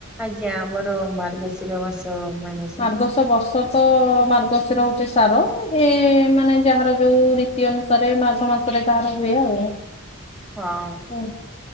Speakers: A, in the centre; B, on the left (about 30°).
A: ଆଜ୍ଞା ଆମର ମାର୍ଗଶିର ମାସ ମାଣ
B: ମାର୍ଗଶ ବର୍ଷତ ମାର୍ଗଶିର ହଉଚି ସାର ଯିଏ ମାନେ ଯାହାର ଯୋଉ ରୀ ତି ଅନୁସାରେ ମାଘ ମାସରେ କାହାର ହୁଏ ଆଉ।
A: ହଁ।
B: ଓ